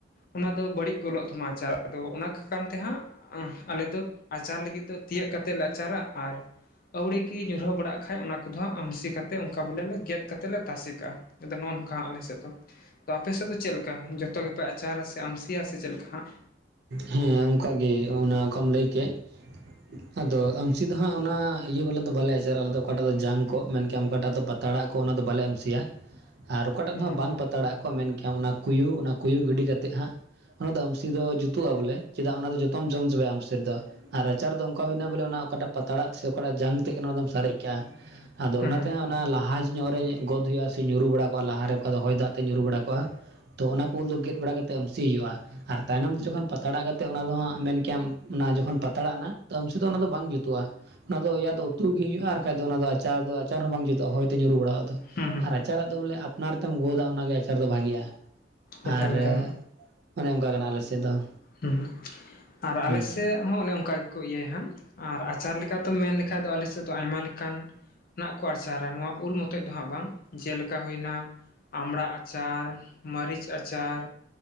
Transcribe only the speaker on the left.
ᱚᱱᱟ ᱫᱚ ᱵᱟᱹᱲᱤᱡ ᱜᱚᱫᱚᱜ ᱛᱟᱢᱟ ᱟᱪᱟᱨ ᱟᱫᱚ ᱚᱱᱟ ᱠᱚ ᱠᱟᱨ ᱛᱮ ᱦᱟᱸᱜ ᱟᱞᱮ ᱫᱚ ᱟᱪᱟᱨ ᱞᱟᱹᱜᱤᱫ ᱫᱚ ᱛᱤᱭᱟᱹᱜ ᱠᱟᱛᱮᱮᱫ ᱞᱮ ᱟᱪᱟᱨᱟ ᱟᱨ ᱟᱹᱣᱲᱤ ᱜᱮ ᱧᱩᱨᱦᱟᱹ ᱵᱟᱲᱟᱜ ᱠᱷᱟᱡ ᱚᱱᱟ ᱠᱚᱫᱚ ᱟᱢᱥᱤ ᱠᱟᱛᱮ ᱚᱱᱠᱟ ᱵᱚᱞᱮ ᱞᱮ ᱜᱮᱫᱼᱟ ᱠᱟᱛᱮ ᱞᱮ ᱛᱟᱥᱮ ᱠᱟᱜᱼᱟ ᱟᱫᱚ ᱱᱚᱜ ᱱᱚᱝᱠᱟ ᱟᱞᱮ ᱥᱮᱫ ᱫᱚ᱾ ᱟᱯᱮ ᱫᱚ ᱪᱮᱫ ᱞᱮᱠᱟ? ᱪᱮᱫ ᱞᱮᱠᱟ ᱡᱚᱛᱚ ᱜᱮᱯᱮ ᱟᱪᱟᱨᱟ ᱥᱮ ᱟᱢᱥᱤᱭᱟ ᱥᱮ ᱪᱮᱫ ᱞᱮᱠᱟ ᱦᱟᱸᱜ
ᱦᱩᱸ
ᱦᱩᱸ
ᱦᱩᱸ ᱦᱩᱸ
ᱮᱠᱟᱞ ᱮᱠᱟᱞ
ᱦᱮᱸ ᱟᱨ
ᱟᱞᱮ ᱥᱮᱫ ᱦᱚᱸ ᱚᱱᱮ ᱚᱱᱠᱟ ᱜᱮᱠᱚ ᱤᱭᱟᱹᱭᱟᱦᱟᱜ ᱟᱨ ᱟᱪᱟᱨ ᱞᱮᱠᱟᱛᱮᱢ ᱢᱮᱱ ᱞᱮᱠᱷᱟᱱ ᱫᱚ ᱟᱞᱮ ᱥᱮᱫ ᱫᱚ ᱟᱭᱢᱟ ᱞᱮᱠᱟᱱ ᱠᱚ ᱟᱨᱪᱟᱨᱟ ᱱᱚᱣᱟ ᱩᱞ ᱢᱚᱛᱚᱡ ᱫᱚ ᱦᱟᱸᱜ ᱵᱟᱝ ᱡᱮᱞᱮᱠᱟ ᱦᱩᱭᱱᱟ ᱟᱢᱲᱟ ᱟᱪᱟᱨ ᱢᱟᱹᱨᱤᱪ ᱟᱪᱟᱨ